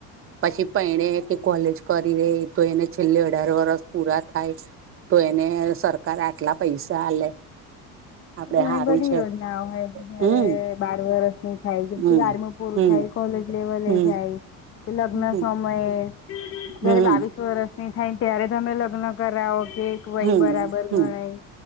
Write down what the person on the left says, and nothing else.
ગણી
બધી
યોજનાઓ હોય કે જારે
બાર વર્ષ થાય કે પછી
બારમુ પૂરું
થાય કોલેજ લેવલે
જાય લગ્ન
સમયે
જયારે બાવીસ વરષની થાય ત્યારે તમે લગ્ન કરાવો કે વય
બરાબર
ગણાય